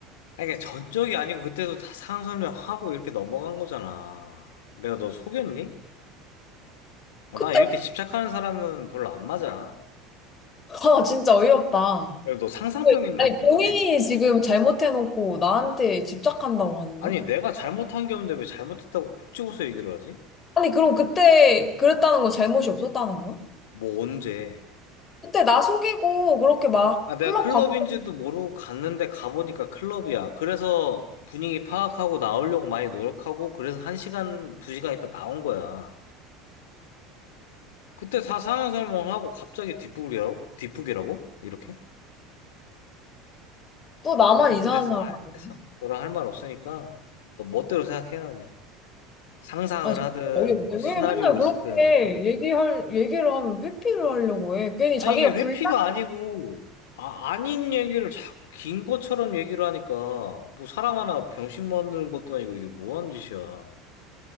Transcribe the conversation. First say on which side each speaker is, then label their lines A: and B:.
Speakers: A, on the left; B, on the left.
A: 아니, 그냥 전적이 아니고, 그때도 다 상황 설명하고, 이렇게 넘어간 거잖아. 내가 너 속였니? 아,
B: 그때,
A: 나 이렇게 집착하는 사람은 별로 안 맞아.
B: <laughs> 아, 진짜 어이없다.
A: 그래, 너 상상병 있는
B: 아니,
A: 거
B: 본인이
A: 같아.
B: 지금 잘못해놓고 나한테 집착한다고 하는 거야?
A: 아니, 내가 잘못한 게 없는데, 왜 잘못했다고 콕 집어서 얘기를 하지?
B: 아니, 그럼 그때 그랬다는 거 잘못이 없었다는 거야?
A: 뭐, 언제?
B: 그때 나 속이고 그렇게 막
A: 아, 내가
B: 클럽
A: 클럽인지도
B: 광고
A: 모르고 갔는데 가보니까 클럽이야. 그래서 분위기 파악하고 나오려고 많이 노력하고 그래서 한 시간, 두 시간 있다 나온 거야. 그때 다 상영설명하고 갑자기 뒷북이라고? 뒷북이라고? 이렇게?
B: 또 나만
A: 아, 됐어,
B: 이상한
A: 됐어.
B: 사람
A: 아, 됐어.
B: 아니네.
A: 너랑 할 말 없으니까 너 멋대로 생각해라 그냥. 상상을
B: 아, 진짜
A: 하든
B: 어이없네.
A: 뭐 시나리오를
B: 왜 맨날 그렇게
A: 쓰든.
B: 얘기할, 얘기를 하면 회피를 하려고 해. 괜히
A: 아니
B: 자기가
A: 이게 회피가
B: 불리하니까.
A: 아니고 아, 아닌 얘기를 자꾸 긴 것처럼 얘기를 하니까 뭐 사람 하나 병신 만드는 것도 아니고 이게 뭐 하는 짓이야.